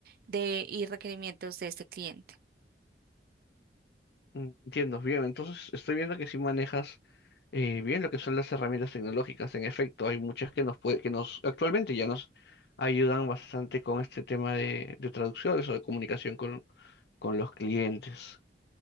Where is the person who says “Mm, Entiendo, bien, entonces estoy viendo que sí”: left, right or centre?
Left